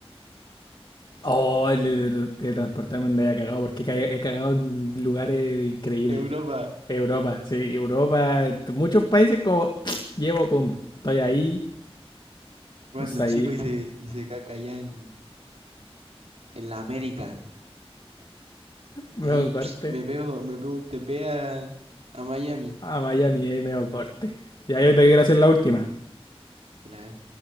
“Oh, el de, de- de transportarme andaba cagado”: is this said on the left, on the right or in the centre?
Left